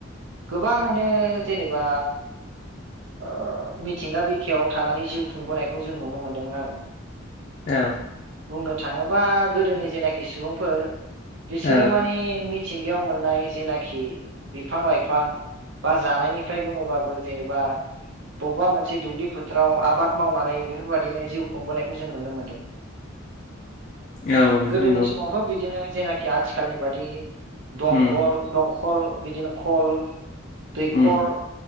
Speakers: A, on the right (about 65°); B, on the left (about 40°).
A: गोबाङैनो जेनेबा ओ मिथिंगा बिखायाव थानानै जिउ खुंबोनायखौ जों नुनो मोनदोंमोन आंङो
B: औ
A: बुंनो थाङोबा गोदोनि जेनाखि सुबुंफोर बिसोरो
B: औ
A: माने मिथिंगायाव मोननाय जेनाखि बिफां-लाइ फां बा जानायनिफ्राय बुङोबाबो जेनेबा बबेबा मोनसे दुब्लि फोथाराव आबाद मावनानै बेफोरबाददिनो जिउ खुंबोनायखौ जों नुनो मोनदों
B: <inaudible> औ नोंथां
A: गोदोनि
B: नंगौ
A: समावथ' बिदिनो जेनाखि आथिखालनि बादि दंगल
B: उम
A: दंखल बिदिनो खल दैखर
B: उम